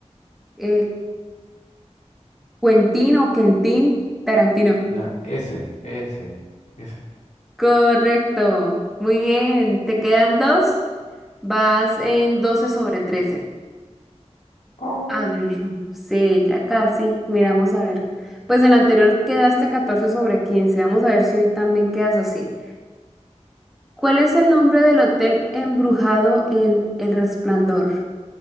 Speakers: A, in the centre; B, on the left.
A: Eh, Quentin o Quentin Tarantino.
B: Ya, S, S, S.
A: Correcto. Muy bien. Te quedan dos. Vas en 12 sobre 13.
B: Oh,
A: A ver, sí, ya casi. Miramos a ver. Pues en la anterior quedaste 14 sobre 15. Vamos a ver si hoy también quedas así. ¿Cuál es el nombre del hotel embrujado en El Resplandor?